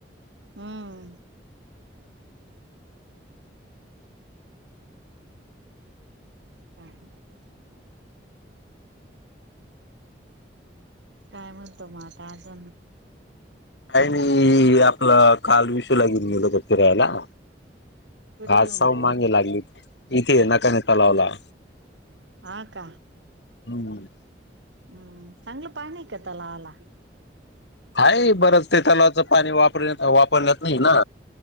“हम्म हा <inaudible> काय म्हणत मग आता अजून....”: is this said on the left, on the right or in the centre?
Right